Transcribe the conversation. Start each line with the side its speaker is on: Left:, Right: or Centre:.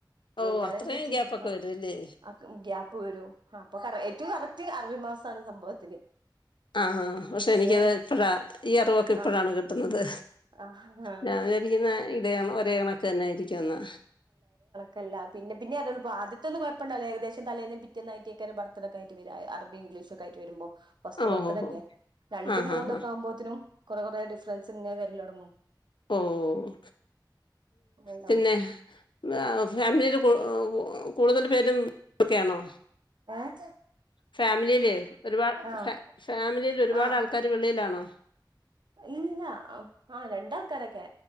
Right: അപ്പൊ
Left: ഓ
Right: വൽതാവ്ണൻസര്ച്ച്
Left: അത്രയും ഗ്യാപ്പൊക്കെ
Right: അ
Left: വരും അല്ലേ
Right: ആ ഗ്യാപ്പ് വരും ഹാ അപ്പൊ കറ ഏറ്റവും കറക്റ്റ് അറബി മാസാണ് സംഭവത്തില്
Left: ആഹ പക്ഷെ
Right: മറ്റേ
Left: എനിക്കത് ഇപ്പഴാ ഈ അറിവൊക്കെ ഇപ്പഴാണ്
Right: ആഹ്
Left: കിട്ട്ന്നത്
Right: ആഹ്
Left: ഞാൻ വിചാരിക്കുന്നെ ഇതേ കണ ഒരേ കണക്കെന്നെ ആയിരിക്കുംന്ന്
Right: കല്ല പിന്നെ പിന്നെ അറിയൊള്ളു പ്പാദ്യ ത്തൊന്നും കുഴപ്പണ്ടാവൂല ഏകദേശം തലേന്നും പിറ്റേന്നും ആയിട്ടെയ്ക്കാരം ബർത്ത്ഡെക്കായിട്ട് വര അറബിം ഇംഗ്ലീഷും ഒക്കായിട്ട് വരുമ്പൊ ഫസ്റ്റ്
Left: ആ
Right: ബർത്ത്ഡെക്കെ
Left: ഓ ഹോ ഹോ
Right: രണ്ടും
Left: ആ ഹാ
Right: മൂന്നൊക്കെ
Left: ഹാ
Right: ആവുമ്പോത്തിനും കൊറെ കൊറെ ഡിഫറൻസ് ഇങ്ങനെ വരലൊട്ങ്ങും
Left: ഓഹ്
Right: ഉണ്ടാവും
Left: പിന്നെ ഏഹ് ഫാമിലിയില് കൂ കൂടുതല് പേരും ഓക്കെയാണോ
Right: ഏഹ്
Left: ഫാമിലിയില് ഒര്പാട്
Right: ആഹ്
Left: ഫ ഫാമിലിയില് ഒരുപാട്
Right: ആഹ്
Left: ആൾക്കാർ വെളിയിലാണോ
Right: ഇല്ല അഹ് ആഹ് രണ്ടാൾക്കാരൊക്കെ